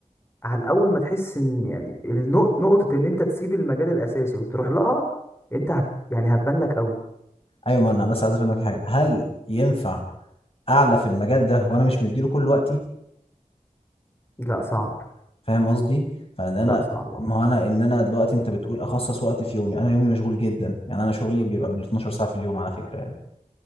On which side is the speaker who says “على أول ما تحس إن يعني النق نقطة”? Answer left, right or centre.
Left